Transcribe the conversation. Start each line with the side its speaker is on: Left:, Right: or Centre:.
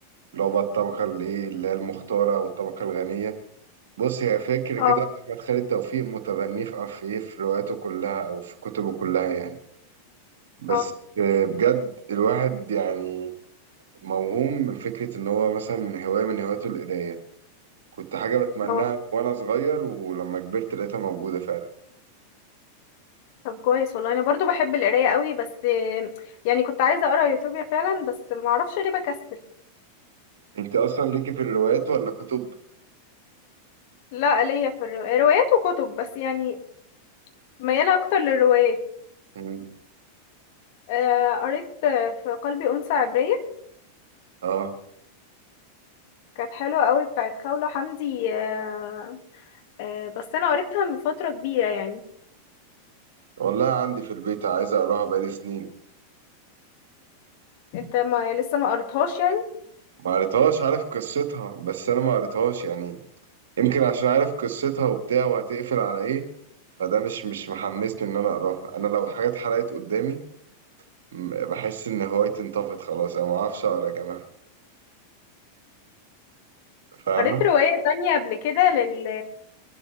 Right: اللي هو بقى الطبقة اللي ايه اللي هي المختارة او الطبقة الغنية بص هي فاكر
Left: اه
Right: كده احمد خالد توفيق متبني في في ايه في رواياته كلها او في كتبه كلها يعني بس
Left: اه
Right: آه، بجد الواحد يعني موهوم من فكرة ان هو مثلا هواية من هواياته القراية كنت حاجة بتمناها
Left: اه
Right: وأنا صغير ولما كبرت لقيتها موجودة فعلا
Left: طب كويس والله انا برضو بحب القراية قوي بس آه، يعني كنت عايزة اقرا يوتوبيا فعلا بس ما اعرفش ليه بكسل
Right: أنت أصلا ليكي في الروايات ولا كتب؟
Left: لا ليا في الرو... روايات وكتب بس يعني ميالة اكتر للروايات
Right: مم.
Left: آه، قريت آه، في قلبي أنثى عبرية
Right: آه
Left: كانت حلوة قوي بتاعت خولة حمدي آه، آه، بس انا قريتها من فترة كبيرة يعني
Right: والله عندي في البيت عايز أقراها بقالي سنين
Left: انت ما لسه ما قريتهاش يعني
Right: ما قريتهاش عارف قصتها بس أنا ما قريتهاش يعني يمكن عشان عارف قصتها وبتاع وهتقفل على إيه فده مش مش محمسني إن أنا أقراها أنا لو الحاجة اتحرقت قدامي م- بحس إن هوايتي انطفت خلاص أنا ما أعرفش أقرا يا جماعة فاهمة؟
Left: قريت رواية تانية قبل كده لل...